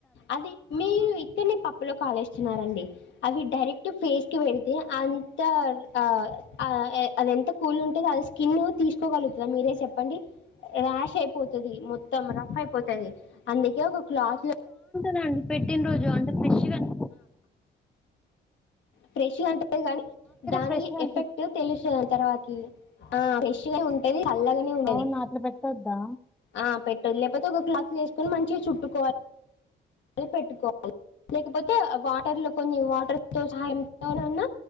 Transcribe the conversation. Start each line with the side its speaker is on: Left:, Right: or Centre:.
Left: అదే మీరు ఇక్కడనే పప్పులో కాలేస్తున్నారండి అవి డైరెక్ట్ ఫేస్ కి పెడితే అంత ఆ ఆ అది ఎంత కూల్ ఉంటుందో అది స్కిన్ తీసుకోగలుగుతుద మీరే చెప్పండి రాష్ అయిపోతది మొత్తం రఫ్ అయిపోతది అండి ది ఒక క్లాత్లో
Centre: తాన్ పెట్టిన రోజు అంటే ఫ్రష్గా <inaudible>
Left: ఫ్రేష్గ అన్ టె దాని దాని
Centre: ఫ్రెష్ గా అనిపిస్తది
Left: ఎఫెక్ట్ తెలుస్తది తర్వాతకి ఆ ఫ్రేష్గా ఉంటది చల్లగానే ఉండది
Centre: అవునా అట్లా పెట్టొద్దా
Left: ఆ పె లేకపోతే ఒక క్లాస్ వేసుకని మంచిగా చుట్టుకోవాలి పెట్టుకోవాలి లేకపోతే వాటర్ లో కొన్ని వాటర్తో సాయంతోనన్న